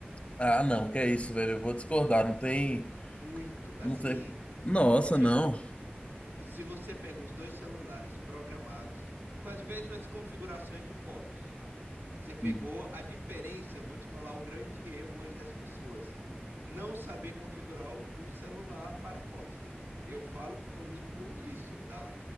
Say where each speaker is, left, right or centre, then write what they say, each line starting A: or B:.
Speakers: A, on the left (about 30°); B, on the right (about 55°).
A: Ah, não, que é isso, velho. Eu vou discordar. Não tem.
B: Muito. Assim,
A: Não tem. Nossa,
B: te-
A: não.
B: se você pega os dois celulares programados com as mesmas configurações de fotos, Você pegou
A: Hum.
B: a diferença, eu vou te falar o grande erro hoje das pessoas. Não saber configurar o o celular para fotos. Eu falo porque eu me incluo nisso, tá?